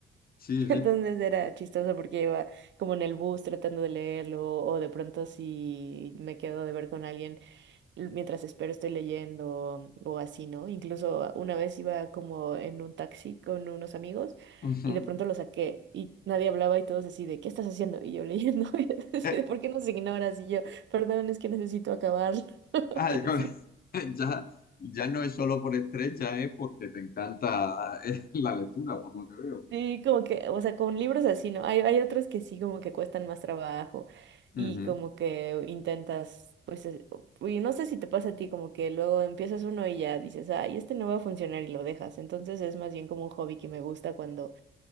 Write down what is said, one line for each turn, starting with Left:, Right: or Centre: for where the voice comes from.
Left: Sí,
Right: Entonces
Left: sí.
Right: era chistoso porque iba como en el bus tratando de leerlo o de pronto si me quedo de ver con alguien l- mientras espero estoy leyendo o así, ¿no? Incluso una vez iba como en un taxi con unos amigos
Left: <laughs> Ujú.
Right: y de pronto lo saqué y nadie hablaba y todos así de, ¿qué estás haciendo? Y yo leyendo, <laughs> y así
Left: Eh,
Right: de, ¿por qué nos ignoras? Y yo, perdón, es que necesito acabarlo. <laughs>
Left: ay,
Right: Y
Left: con-
Right: así
Left: <laughs> ya, ya no es solo por estrés, ya es porque te encanta eh, <laughs> la lectura, por lo que veo.
Right: Sí, como que, o sea, con libros así, ¿no? Hay, hay otros que sí, como que cuestan más trabajo
Left: Ujú.
Right: y como que intentas, pues, es- y no sé si te pasa a ti, como que luego empiezas uno y ya dices, ay, este no va a funcionar y lo dejas. Entonces es más bien como un hobby que me gusta cuando,